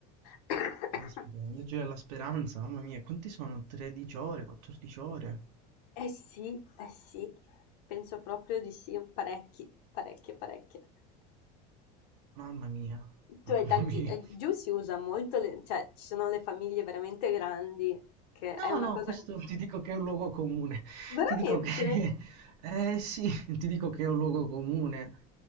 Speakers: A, on the left; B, on the right.
A: <coughs>
B: caspita, il viaggio della speranza, mamma mia, quanti sono? 13 ore, 14 ore?
A: Eh sì, eh sì, penso proprio di sì, parecchi, parecchie, parecchie.
B: Mamma mia, mamma
A: Tu hai tanti,
B: mia.
A: eh, giù si usa molto, le- cioè ci sono le famiglie veramente grandi, che
B: No,
A: è una
B: no,
A: cosa...
B: questo ti dico che è un luogo comune.
A: Veramente?
B: Ti dico che... <laughs> Eh sì, ti dico che è un luogo comune.